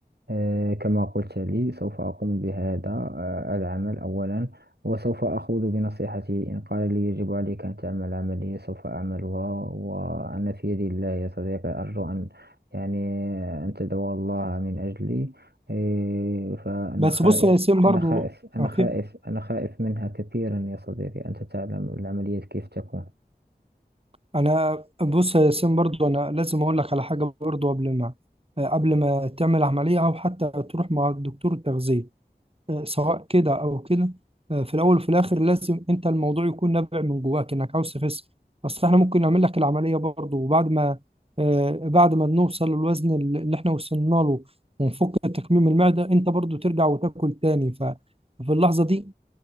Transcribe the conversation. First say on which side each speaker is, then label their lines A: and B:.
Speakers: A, on the right (about 70°); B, on the right (about 35°).
A: آه، كما قلت لي سوف أقوم بهذا آه، العمل أولا وسوف أخوض بنصيحته إن قال لي يجب عليك أن تعمل عملية سوف أعملها وأنا في يد الله يا صديقي أرجو أن يعني أن تدعو الله من أجلي آه، فأنا
B: بس
A: خائف
B: بص يا ياسين برضو
A: أنا خائف أنا
B: آه، في-
A: خائف أنا خائف منها كثيرا يا صديقي أنت تعلم العمليات كيف تكون
B: انا بص يا ياسين برضو انا لازم اقول لك على حاجه برضو قبل ما آه، قبل ما تعمل عمليه او حتى تروح مع الدكتور التغذيه آه، سواء كده او كده آه، في الاول وفي الاخر لازم انت الموضوع يكون نابع من جواك انك عاوز تخس اصل احنا ممكن نعمل لك العمليه برضه وبعد ما آه، بعد ما نوصل للوزن اللي احنا وصلنا له ونفك تكميم المعده انت برضه ترجع وتاكل تاني ففي اللحظه دي